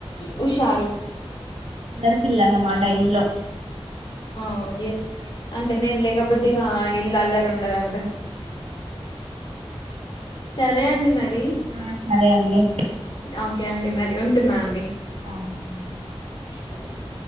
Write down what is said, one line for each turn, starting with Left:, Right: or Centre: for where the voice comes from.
Left: హుషారు
Right: అల్లరి పిల్ల అన్నమాట ఇంట్లో
Left: అ ఎస్ అంటే నేను లేకపోతే ఇగా ఇల్లు అల్లరి ఉండదండి సరే అండి మరి
Right: ఆ సరే అండి
Left: ఒకే అండి మర్ రి ఉంటున్నా అండి
Right: ఆ బాయ్
Left: థ్యాంక్ యూ